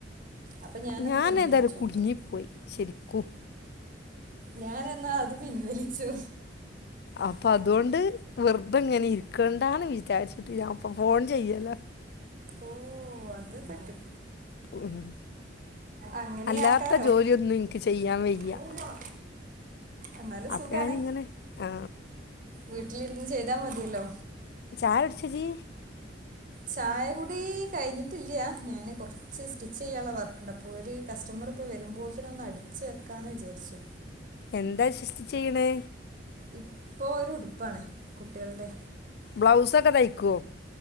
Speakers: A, on the right; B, on the left.
A: അപ്പൊ ഞാനത്
B: ഞാനേതായാലും
A: പിൻവലിച്ചു
B: കുടുങ്ങി പോയി ശരിക്കും.
A: ഞാൻ എന്നാ അത് പിൻവലി ച്ചു.
B: അപ്പൊ അതുകൊണ്ട് വെർതെങ്ങനെ ഇരിക്കണ്ടാന്ന് വിചാരിച്ചിട്ട് ഞാൻ ഇപ്പോ ഫോൺ ചെയ്യലാ.
A: ഓ അത് പറ്റും.
B: ഉം.
A: അങ്ങനെ
B: അല്ലാത്ത
A: ആക്കാലോ
B: ജോലിയൊന്നും എനിക്ക് ചെയ്യാൻ വയ്യ
A: ആഹ് എന്നാലും
B: അപ്പം
A: സുഖാണ്.
B: ഞാനിങ്ങനെ ആ
A: വീട്ടിലിരുന്ന് ചെയ്താ മതിയല്ലോ?
B: ചായ കുടിച്ചോ ഇജ്ജ്?
A: ചായ കുടി കഴിഞ്ഞിട്ടില്ല ഞാന് കൊർച്ച് സ്റ്റിച്ച് ചെയ്യാനുള്ള വർക്ക്ണ്ട് അപ്പൊ ഒരു കസ്റ്റമർ ഇപ്പോ വരുമ്പൊത്തേന് ഒന്ന് അടിച്ച് വെക്കാന്ന് വിചാരിച്ചു.
B: എന്താ സ്റ്റിച്ച് ചെയ്യണേ?
A: ഇപ്പൊ ഒരു ഉടുപ്പാണ് കുട്ടികൾടെ.
B: ബ്ലൗസൊക്കെ തയിക്കോ?